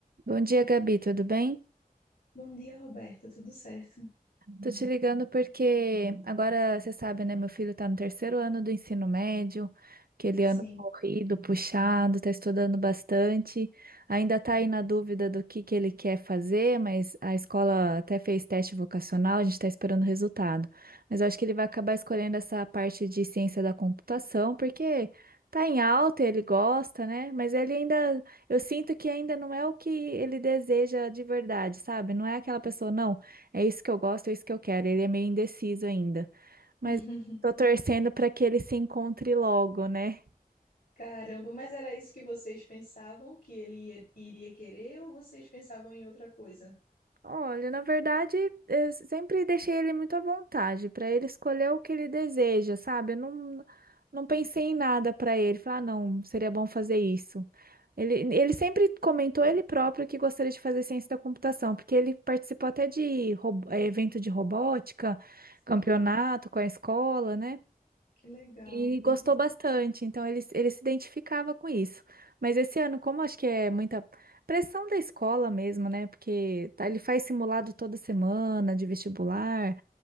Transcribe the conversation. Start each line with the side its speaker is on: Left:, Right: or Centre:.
Right: Bom dia, Gabi, tudo bem?
Left: Bom dia, Roberta. Tudo certo?
Right: Tô te ligando porque agora você sabe, né? Meu filho tá no terceiro ano do ensino médio, aquele
Left: Sim.
Right: ano corrido, puxado, tá estudando bastante. Ainda tá aí na dúvida do que que ele quer fazer, mas a escola até fez teste vocacional, a gente tá esperando o resultado. Mas eu acho que ele vai acabar escolhendo essa parte de ciência da computação, porque tá em alta, e ele gosta, né? Mas ele ainda, eu sinto que ainda não é o que ele deseja de verdade, sabe? Não é aquela pessoa, não. É isso que eu gosto, é isso que eu quero. Ele é meio indeciso ainda, mas
Left: <laughs>
Right: tô torcendo para que ele se encontre logo, né?
Left: Caramba, mas era isso que vocês pensavam que ele ia- iria querer ou vocês pensavam em outra coisa?
Right: Olha, na verdade, eu sempre deixei ele muito à vontade para ele escolher o que ele deseja, sabe? Eu não, não pensei em nada para ele. Falar, ah, não, seria bom fazer isso. Ele, ele sempre comentou ele próprio que gostaria de fazer ciência da computação, porque ele participou até de robo- eh, evento de robótica,
Left: Sim.
Right: campeonato com a escola, né?
Left: Que legal,
Right: E gostou
Left: entendi.
Right: bastante, então ele, ele se identificava com isso. Mas esse ano, como acho que é muita pressão da escola mesmo, né? Porque tá- ele faz simulado toda semana de vestibular,